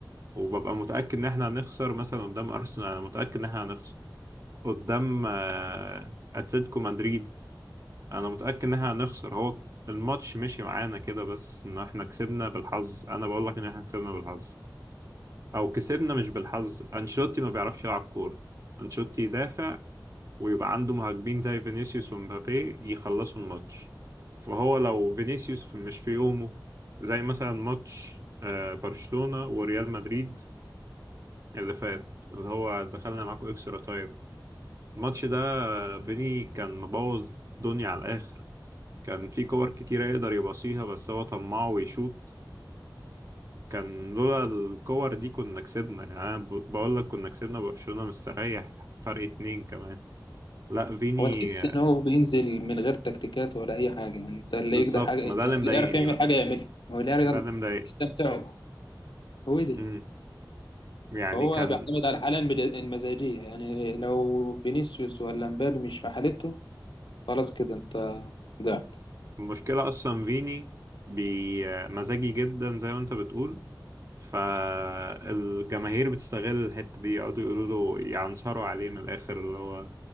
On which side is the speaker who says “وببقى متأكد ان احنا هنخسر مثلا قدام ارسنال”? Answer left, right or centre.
Right